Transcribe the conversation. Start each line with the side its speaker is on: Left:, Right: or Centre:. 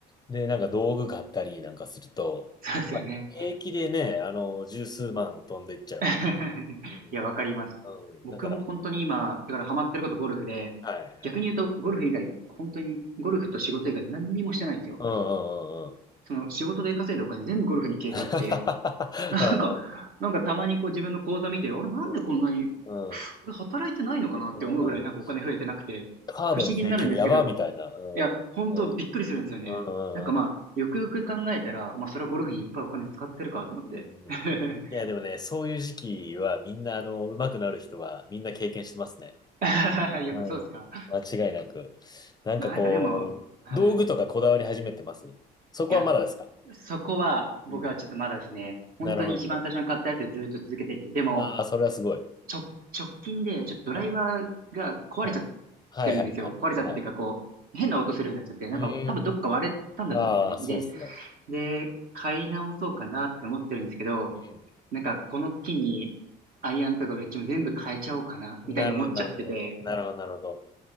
Left: で、
Right: はい、
Left: なんか道具買ったりなんかすると、
Right: そうですよね。
Left: まあ、平気でね、あの、十数万飛んでっちゃう。
Right: <laughs>
Left: うん。
Right: いや、わかります。
Left: うん。
Right: 僕も本当に今、
Left: だから、
Right: だからハマってることゴルフで、
Left: はい、
Right: 逆に言うと、
Left: はい。
Right: ゴルフ以外、本当に、ゴルフと仕事以外何にもしてないんですよ。
Left: うんうんうんうん。
Right: その、仕事で稼いだお金全部ゴルフに消えていって、
Left: <laughs> あー
Right: <laughs> なんか、なんかたまにこう自分の口座見て、あれなんでこんなに、
Left: うんうん
Right: 俺働いてないのかなって思うぐらいなんかお金増えてなくて、
Left: うんうんカードの請求やばみたいな。
Right: 不思議になるんですけど、
Left: うん。
Right: いや、本当びっくりするんですよね。
Left: うん。うんうんうん。
Right: なんかまあ、よくよく考えたら、まあそれはゴルフにいっぱいお金使ってるかと思って。
Left: うんうんうん
Right: <laughs>
Left: いや、でもね、そういう時期はみんな、あの、上手くなる人はみんな経験してますね。
Right: やっぱそうですか。
Left: はい。間違いなく。なんかこう、
Right: まあなんかでも、はい。
Left: 道具とかこだわり始めてますそこはまだですか
Right: いや、そこは僕はちょっとまだですね、
Left: うん。
Right: 本当に一番最初に買ったやつでずっと続けてて、
Left: なるほど、なるほど。
Right: でも、
Left: ああ、それはすごい。
Right: ちょ、直近でちょっとドライバーが壊れちゃっ
Left: はい。はい。はいはいはい。
Right: てるんですよ。壊れちゃったっていうか、
Left: はい。
Right: こう、変な音するようになっちゃって、なんか多分どっか割れたんだと思うんですよね。
Left: うーん。ああ、そうですね。
Right: で、で、買い直そうかなって思ってるんですけど、
Left: うん。
Right: なんかこの機に、アイアンとかウェッジも全部変えちゃおうかな、
Left: なるほど、
Right: みたいに思っちゃってて、
Left: なるほど。なるほど、なるほど。